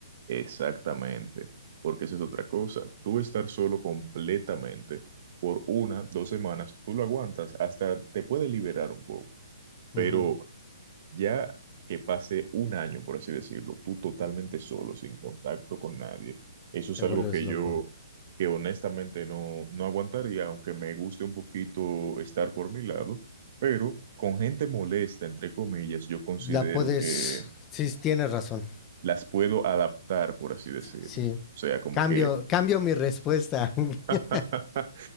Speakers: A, on the right; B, on the left.
A: Exactamente, porque esa es otra cosa. Tú estar solo completamente por una, dos semanas, tú lo aguantas, hasta te puede liberar un poco, pero
B: Ujú,
A: ya que pase un año, por así decirlo, tú totalmente solo, sin contacto con nadie, eso es
B: Te vuelves
A: algo que
B: loco.
A: yo, que honestamente no, no aguantaría, aunque me guste un poquito estar por mi lado, pero con gente molesta, entre comillas, yo considero
B: La puedes,
A: que
B: sí, sí, tienes razón,
A: las puedo adaptar, por así decirlo.
B: sí.
A: O sea, como
B: Cambio,
A: que,
B: cambio mi respuesta. <laughs>
A: <laughs>